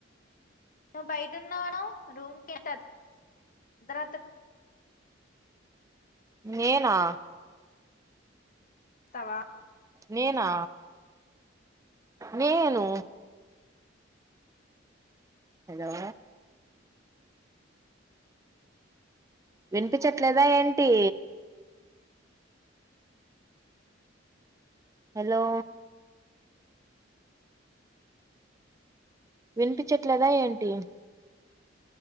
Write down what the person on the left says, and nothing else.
ను బయట ఉన్న అన్నావ్, రూమ్ ట అర్ధరాతిర్
వస్తావా